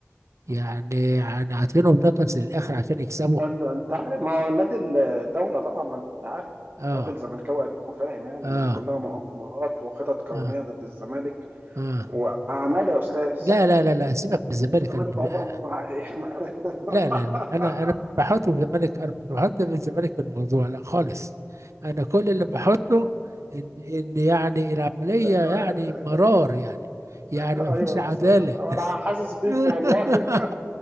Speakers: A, on the right; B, on the right.
A: يعني يعني عاطينهم نقص للآخر عشان يكسبوا
B: انت انت عارف ما هو نادي الدوله طبعا ما انت عارف
A: آه
B: راجل زملكاوي قديم وفاهم يعني
A: آه
B: ان دي كلها مؤامرات وخطط كونيه
A: آه
B: ضد الزمالك
A: آه
B: واعمال يا استاذ
A: لا لا لا لا سيبك من الزمالك
B: الزمالك
A: أنا
B: عمره ما هي- <laughs>
A: لا لا لا انا انا مش بحط الزمالك انا مش بحط الزمالك في الموضوع لا خالص انا كل اللي بحطه ان ان يعني العمليه
B: ايوه
A: يعني
B: ايوه
A: مرار يعني يعني
B: ايوه
A: ما فيش عداله
B: صح صح. وانا حاسس بيك
A: <laughs>
B: والله <laughs>